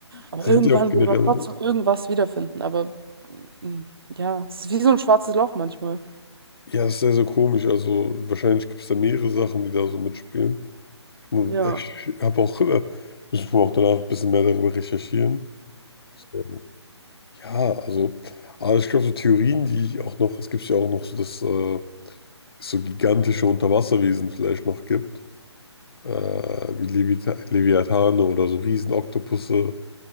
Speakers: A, on the left; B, on the right.
A: das
B: Aber
A: sind
B: irgendwann
A: ja auch generell
B: würde man trotzdem irgendwas wiederfinden. Aber mm, ja, es ist wie so ein schwarzes Loch manchmal.
A: Ja, ist sehr, sehr komisch. Also wahrscheinlich gibt es da mehrere Sachen, die da so mitspielen. Ich, mu-
B: Ja.
A: ich habe auch, äh, ich muss auch danach ein bisschen mehr darüber recherchieren. So, ja, also, aber ich glaube, so Theorien, die auch noch, es gibt ja auch noch so, dass äh, es so gigantische Unterwasserwesen vielleicht noch gibt, äh, wie Levita Leviathane oder so Riesenoktopusse.